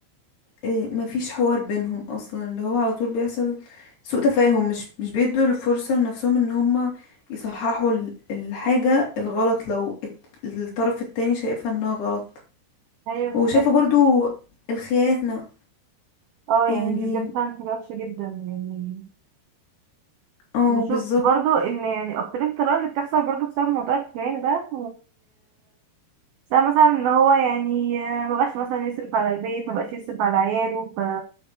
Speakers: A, on the left; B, on the right.
A: إيه، مفيش حوار بينهم اصلا اللي هو على طول بيحصل سوء تفاهم مش مش بيدوا الفرصة لنفسهم ان هما يصححوا ال- الحاجة الغلط لو الت- الطرف التاني شايفها انها غلط
B: ايوه بالظبط
A: وشايفة برضو الخيانة
B: اه
A: يعني
B: يعني دي بجد فعلا حاجة وحشة جدا يعني
A: اه
B: بشوف
A: بالظبط
B: برضو ان يعني اكتر الطلاق اللي بتحصل برضو بسبب موضوع الخيانة ده بس أنا مثلا ان هو يعني آه، مبقاش مثلا يصرف على البيت مبقاش يصرف على عياله ف